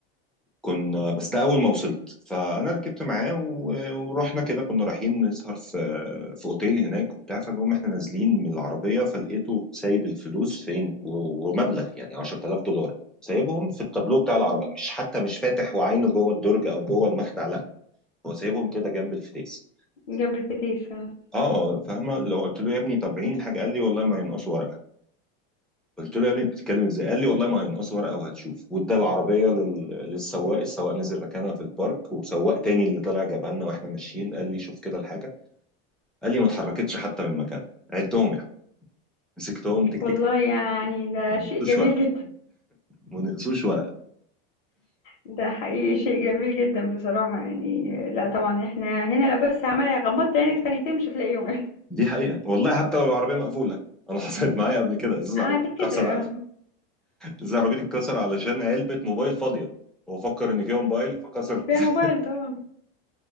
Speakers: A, in the centre; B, on the left.
A: كنا بس ده اول ما وصلت فانا ركبت معاه و- ورحنا كده كنا رايحين نسهر في في اوتيل هناك وبتاع فالمهم احنا نازلين من العربيه فلقيته سايب الفلوس فين و- ومبلغ يعني 10000 دولار سايبهم في التابلو بتاع العربيه
B: مم.
A: مش حتى مش فاتح وعينه جوه الدرج او جوه المخدع لا هو سايبهم كده جنب الفتيس
B: جنب الفتيس آه.
A: اه فاهمه لو قلت له يا ابني طب عين الحاجه قال لي والله ما ينقصوا ورقه قلت له يا ابني انت بتتكلم ازاي قال لي والله ما هينقصوا ورقه وهتشوف وادى العربيه لل... للسواق السواق نزل ركنها في البارك وسواق تاني اللي طلع جابها لنا واحنا ماشيين قال لي شوف كده الحاجه قال لي ما اتحركتش حتى من مكانها عدهم يعني مسكتهم تك
B: والله
A: تك تك
B: يعني ده
A: ما نقصوش
B: شيء جميل
A: ورقه
B: جدا
A: ما نقصوش ورقه
B: ده حقيقي شيء جميل جدا بصراحة يعني لا طبعا احنا هنا لو بس عمال غمضت عينك ثانيتين مش هتلاقيهم
A: دي حقيقه والله حتى لو العربيه مقفوله انا <laughs> حصلت معايا قبل كده ازاز
B: <laughs>
A: عربيتي
B: هتتكسر
A: اتكسر على
B: آه.
A: ازاز عربيتي اتكسر علشان علبه موبايل فاضيه هو فكر ان فيها موبايل فكسر
B: فيها
A: <laughs>
B: موبايل طبعا